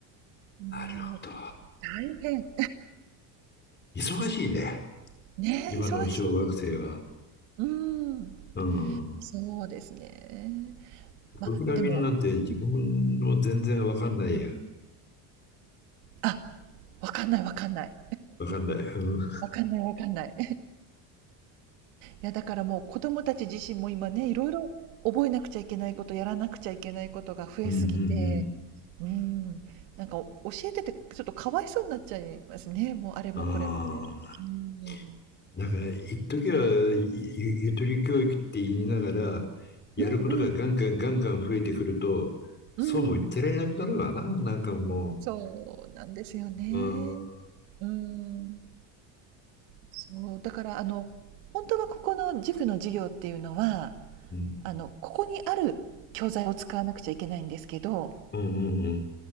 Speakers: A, on the right (about 85°); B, on the left (about 25°).
A: もう
B: あ、なるほど。
A: 大変。
B: 忙しいね。
A: <laughs> ねえ、
B: 今の小学生は。
A: 忙しい。うん。
B: うん。
A: そうですね。
B: プログラミングなんて自分も全然わかんないや。
A: まあ、でも、うんあ、わかんないわかんない。
B: わかんない。うん、うん、
A: わかんないわかんない。や、だからもう子供たち自身も今ね、いろいろ覚えなくちゃいけないこと、やらなくちゃいけないことが増えすぎて、
B: うん
A: うん、なんか教えててちょっとかわいそうになっちゃいますね。もうあれもこれもで。
B: うん。ああ。
A: うん。
B: なんか、一時はゆ、ゆとり教育って言いながら、やることがガンガンガンガン増えてくると、
A: うんうん。うん。
B: そうも言ってられなくなるわな。なんかも
A: そうなんですよね。
B: う、うーん、う
A: うん。そう、だからあの、本当はここの塾の授業っていうのは、
B: ん、
A: あの、ここにある教材を使わなくちゃいけないんですけど
B: うん、うん